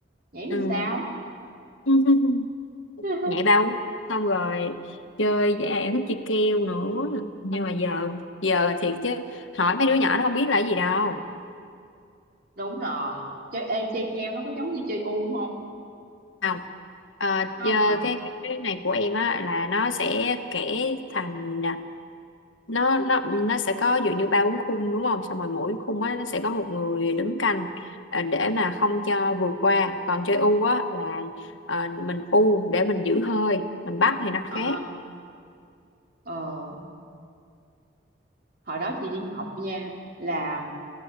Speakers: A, on the right; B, on the left.
A: nhảy làm
B: ừ.
A: sao
B: <laughs>
A: <laughs>
B: nhảy bao xong rồi chơi à, em thích chơi keo nữa nhưng mà giờ giờ thiệt chứ hỏi mấy đứa nhỏ nó không biết là cái gì đâu
A: đúng rồi chơi ê, chơi keo nó có giống như chơi u không
B: không Ờ,
A: không
B: chơi
A: hả
B: cái, cái cái này của em á là nó sẽ kể thành nó nó nó sẽ có dụ như ba bốn khung đúng không xong rồi mỗi khung á nó sẽ có một người đứng canh à, để mà không cho vượt qua còn chơi u á là à, mình u để mình giữ hơi mình bắt thì nó
A: ờ
B: khác
A: ờ hồi đó chị đi học nha là